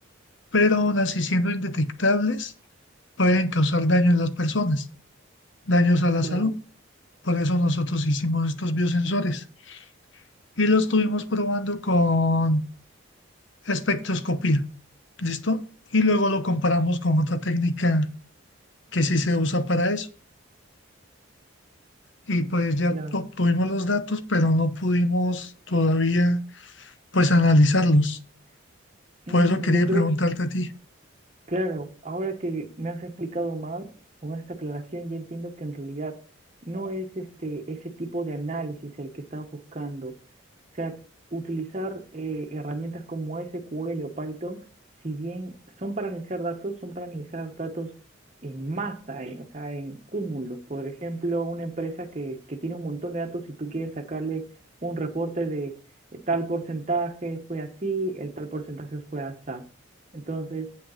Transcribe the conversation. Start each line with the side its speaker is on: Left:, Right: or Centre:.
Left: pero aún así siendo indetectables, pueden causar daño en las personas, daños a la
Right: Claro,
Left: salud. Por eso nosotros hicimos estos biosensores y los estuvimos probando con espectroscopía. ¿Listo? Y luego lo comparamos con otra técnica que sí se usa para eso. Y pues ya
Right: claro.
Left: obtuvimos los datos, pero no pudimos todavía pues analizarlos.
Right: Mm,
Left: Por eso quería
Right: yo creo
Left: preguntarte a ti.
Right: Claro, ahora que me has explicado más con esta aclaración, ya entiendo que en realidad no es este ese tipo de análisis el que estás buscando. O sea, utilizar eh, herramientas como SQL o Python, si bien son para analizar datos, son para analizar datos en masa, en- o sea, en cúmulos. Por ejemplo, una empresa que, que tiene un montón de datos y tú quieres sacarle un reporte de eh, tal porcentaje fue así, el tal porcentaje fue así. Entonces,